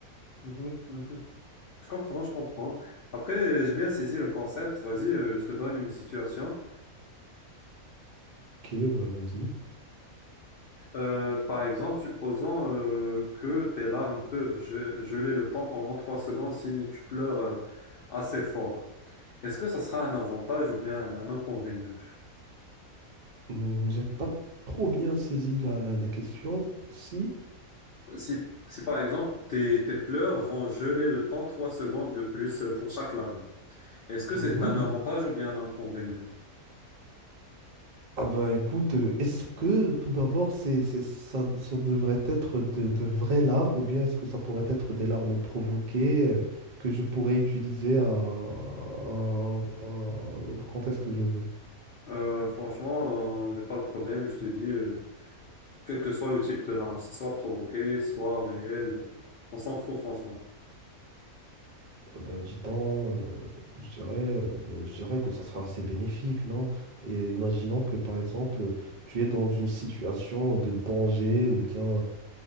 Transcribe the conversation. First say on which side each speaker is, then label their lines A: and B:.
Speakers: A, on the left; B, on the right.
A: Mhm, mhm. Je comprends, je comprends. Après, euh, j'ai bien saisi le concept. Vas-y, euh, je te donne une situation.
B: Ok, bah, vas-y.
A: Euh, par exemple, supposons euh, que tes larmes peuvent ge- geler le temps pendant trois secondes si tu pleures euh, assez fort. Est-ce que ça sera un avantage ou bien un inconvénient?
B: Hmm, J'ai pas trop bien saisi la, la, la question. Si.
A: Si, si par exemple tes, tes pleurs vont geler le temps 3 secondes de plus euh, pour chaque larme, est-ce que
B: Hmm,
A: c'est
B: hmm.
A: un avantage ou bien un inconvénient?
B: Ah bah écoute, euh, est-ce que tout d'abord c'est, c'est- ça, ça devrait être de, de vraies larmes ou bien est-ce que ça pourrait être des larmes provoquées euh, que je pourrais utiliser à, à- à- quand est-ce que je veux?
A: Euh, franchement, euh, j'ai pas de problème, je te dis, euh, quel que soit le type de larme, c'est soit provoqué, soit réel, on s'en fout franchement.
B: Ah Bah dis donc, euh, je dirais, euh, bah, je dirais que ça sera assez bénéfique, non? Et imaginons que par exemple tu es dans une situation de danger ou bien